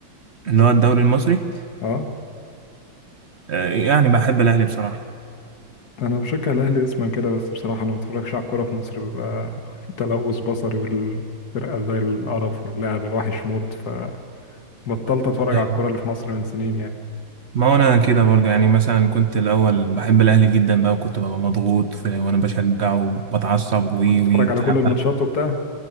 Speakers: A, on the right; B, on the left.
A: اللي هو الدوري المصري
B: اه
A: آه، يعني بحب الاهلي بصراحة
B: انا بشجع الاهلي اسما كده بس بصراحه انا ما بتفرجش على الكوره في مصر بيبقى <laughs> تلوث بصري والفرقه زي القرف واللعب الوحش موت فبطلت اتفرج
A: ايوه.
B: على الكوره اللي في مصر من سنين يعني
A: ما هو انا كده برضو يعني مثلا كنت الاول بحب الاهلي جدا بقى وكنت ببقى مضغوط في وانا بشجعه وبتعصب وي
B: كنت اتفرج
A: وي بتاع
B: على كل الماتشات وبتاع